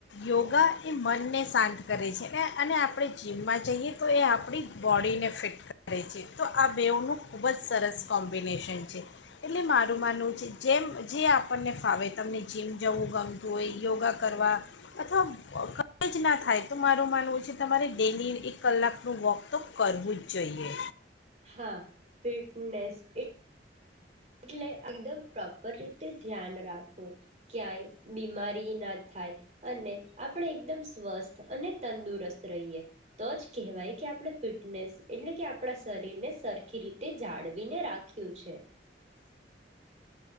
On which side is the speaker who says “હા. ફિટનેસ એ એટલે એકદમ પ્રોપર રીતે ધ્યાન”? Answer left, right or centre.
Right